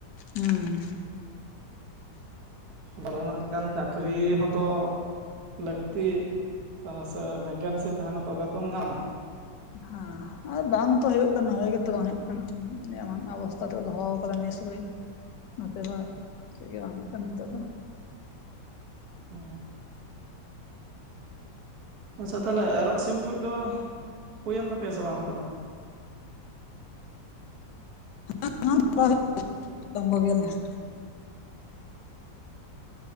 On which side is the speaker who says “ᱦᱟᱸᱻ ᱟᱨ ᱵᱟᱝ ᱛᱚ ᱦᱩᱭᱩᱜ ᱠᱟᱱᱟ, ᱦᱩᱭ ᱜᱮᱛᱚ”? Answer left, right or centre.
Left